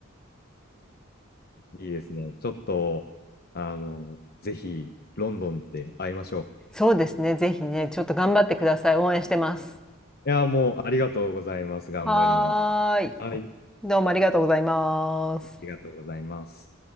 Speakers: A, on the left (about 50°); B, in the centre.
A: いいですね。ちょっと、あの、ぜひ、ロンドンで会いましょ
B: そうですね。ぜひね、ちょっと頑張ってください。応援してます。
A: う。いや、もう、ありがとうございます。頑張ります。
B: はーい。
A: はい。あ
B: どうもありがとうございます。
A: りがとうございます。